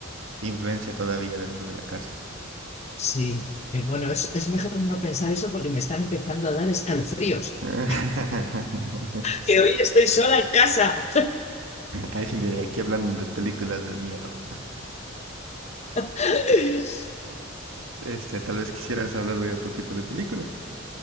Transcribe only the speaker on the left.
sí. Eh, Bueno, es, es mejor no pensar eso porque me están empezando a dar escalofríos.
<laughs> Que hoy estoy sola en casa.
<laughs>